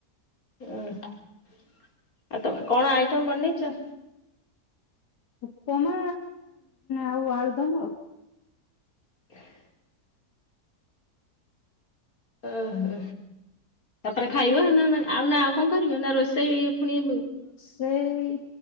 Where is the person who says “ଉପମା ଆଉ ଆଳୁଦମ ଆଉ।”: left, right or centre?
Left